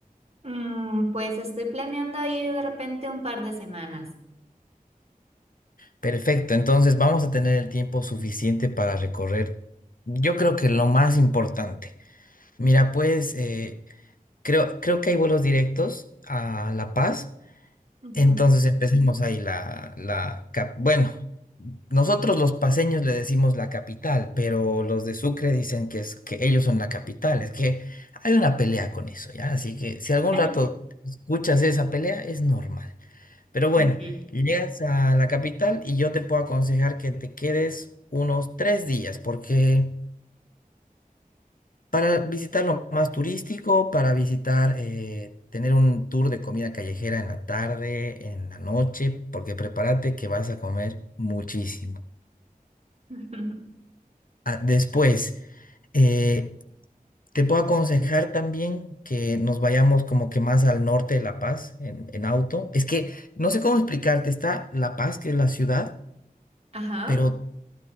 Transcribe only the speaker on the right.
Mm, pues estoy planeando ir de repente un par de semanas.
Ujú.
<laughs>
Ok.
<laughs>
Ajá.
<gasps>